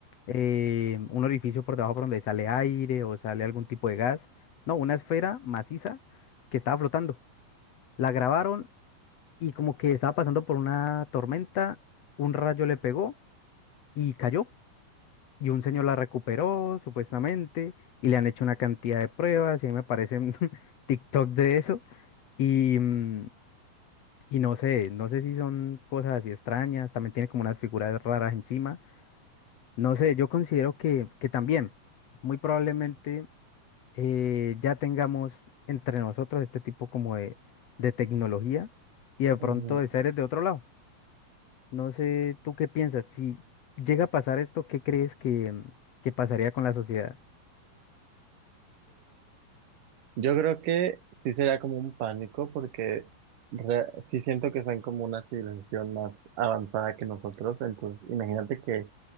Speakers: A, on the left; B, on the right.
A: eh, un orificio por debajo por donde sale aire o sale algún tipo de gas, no, una esfera maciza que estaba flotando. La grabaron y como que estaba pasando por una tormenta, un rayo le pegó y cayó. Y un señor la recuperó, supuestamente, y le han hecho una cantidad de pruebas, y ahí me aparecen <laughs> TikTok de eso. Y, mm, y no sé, no sé si son cosas así extrañas, también tiene como unas figuras raras encima. No sé, yo considero que, que también, muy probablemente, eh, ya tengamos entre nosotros este tipo como de, de tecnología y de
B: Ujú.
A: pronto de seres de otro lado. No sé, ¿tú qué piensas? Si llega a pasar esto, ¿qué crees que, mm, que pasaría con la sociedad?
B: Yo creo que sí sería como un pánico porque re- sí siento que están como una civilización más avanzada que nosotros, entonces imagínate que,